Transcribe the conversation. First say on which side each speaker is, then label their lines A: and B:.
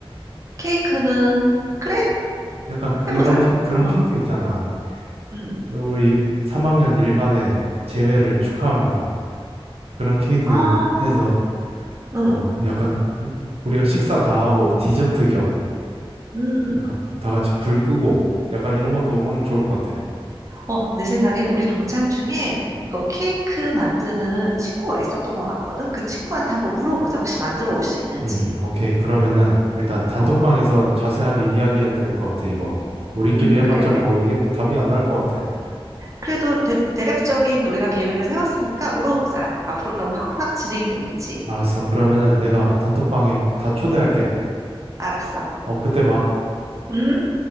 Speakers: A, on the right (about 30°); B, on the right (about 80°).
A: 케이크는, 그래,
B: 약간 그런
A: 해보자.
B: 케 그런
A: 어,
B: 케이크 있잖아.
A: 음.
B: 우리 3학년 일반의 재배를 축하합니다. 그런 케이크
A: 아,
B: 해서
A: 응,
B: 어, 약간 우리가 식사 다 하고 디저트 겸
A: 음.
B: 약간 다 같이 불 끄고 약간 이런 것도 하면 좋을 것 같아.
A: 어, 내 생각엔 우리 동창 중에 이거 케이크 만드는 친구가 있었던 것 같거든. 그 친구한테 한번 물어보자. 혹시 만들어 올 수 있는지.
B: 음, 오케이. 그러면은 일단 단톡방에서
A: 어,
B: 자세하게 이야기해야 될 것 같아, 이거. 우리끼리
A: 음,
B: 해봤자
A: 그래, 그래.
B: 뭐 이게 답이 안 나올 것 같아.
A: 그래도 대, 대략적인 우리가 계획을 세웠으니까 물어보자. 앞으로 그럼 확확 진행이 되겠지.
B: 알았어. 그러면은 내가 단톡방에 다 초대할게.
A: 알았어.
B: 어, 그때 봐.
A: 음.